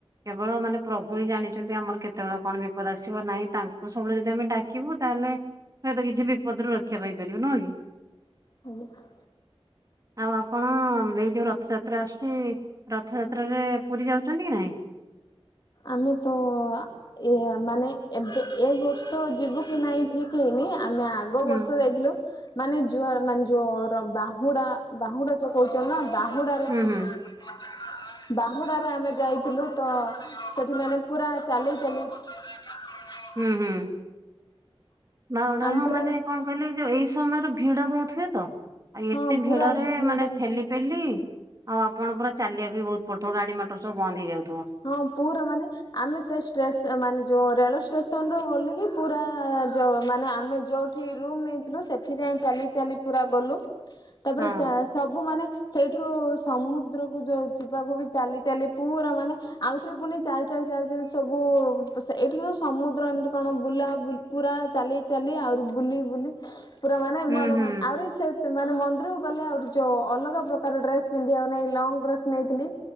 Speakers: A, on the right; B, on the left.
A: କେବଳ ମାନେ ପ୍ରଭୁ ହିଁ ଜାଣିଛନ୍ତି ଆମର କେତେବେଳେ କଣ ବିପଦ ଆସ୍ ସିବ ନାହିଁ ତାଙ୍କୁ ସବୁବେଳେ ଯଦି ଆମେ ଡାକିବୁ ତାହେଲେ ହୁଏତ କିଛି ବିପଦରୁ ରକ୍ଷା ପାଇପାରିବୁ ନୁହଁ କି?
B: କହୁଥା।
A: ଆଉ ଆପଣ ଏ ଯୋଉ ରଥଯାତ୍ରା ଆସୁଛି ରଥଯାତ୍ରାରେ ପୁରୀ ଯାଉଛନ୍ତି କି ନାହିଁ?
B: ଆମେ ତ ଆ ଏ ମାନେ ଏବେ ଏ ବର୍ଷ ଯିବୁ କି ନାଇଁ ଠିକ ହେଇନି ଆମେ ଆଗ୍ କୋଉ
A: ହୁଁ
B: ବର୍ଷ ଯାଇଥିଲୁ? ମାନେ ଯୁଆର୍ ମାନେ ଯୋଉର ବାହୁଡା ବାହୁଡା ଯୋଉ କହୁଛ ନା ବାହୁଡାରେ।
A: ହୁଁ ହୁଁ।
B: <unintelligible> ବାହୁଡ଼ାରେ ଆମେ ଯାଇଥିଲୁ ତ ସେଠି ମାନେ ପୁରା ଚାଲି ଚାଲି। <unintelligible>
A: ହୁଁ ହୁଁ ବାହୁଡା
B: ଆମ
A: ହଁ
B: ପୁରା
A: ମାନେ କଣ କହିଲେ ଏ ଯୋଉ ଏଇ ସମୟରେ ଭିଡ ବହୁତ ହୁଏ ତ ଆଉ
B: ହଁ
A: ଏତେ
B: ପୁରା
A: ଭିଡ ରେ
B: ଭିଡ
A: ମାନେ ଠେଲି ପେଲି ଆଉ ଆପଣ ପୁରା ଚାଲିବାକୁ ବି ବହୁତ ପଡୁଥିବ ଗାଡି ମଟର ସବୁ ବନ୍ଦ ହେଇଯାଉଚ୍ଛି।
B: ହଁ ପୁରା ମାନେ ଆମେ ସେ ଷ୍ଟେସ ମାନେ ଯୋଉ ରେଳ ଷ୍ଟେସନରୁୁ ଓହ୍ଲିକି ପୁରା ଯଉ ମାନେ ଆମେ ଯୋଉ ଠି ରୁମ ନେଇଥିଲୁ ସେଠି ଯାଇ ଚାଲି ଚାଲି ପୁରା ଗଲୁ ତାପରେ
A: ହଁ
B: ଚାସ ସବୁ ମାନେ ସେଇଠୁ ରୁ ସମୁଦ୍ରୁକୁ ଯିବାକୁ ବି ଚାଲି ଚାଲି ପୁରା ମାନେ ଆଉଥରେ ପୁଣି ଚାଲି ଚାଲି ଚାଲି ଚାଲି ସବୁ ଏଇଠୁ ତ ସମୁଦ୍ର ଏମିତି କଣ ବୁଲା ବୁଲି ପୁରା ଚାଲି ଚାଲି ଆହୁରି ବୁଲି ବୁଲି ପୁରା ମାନେ
A: ହୁଁ
B: ମର
A: ହୁଁ
B: ଆହୁରି ସେ ସେମାନେ ମନ୍ଦିରକୁ ଗଲେ ଆହୁରି ଯୋଉ ଅଲଗା ପ୍ରକାର ଡ୍ରେସ ପିନ୍ଧିବାନାହିଁ ଲଙ୍ଗ ଡ୍ରେସ ନେଇଥିଲି।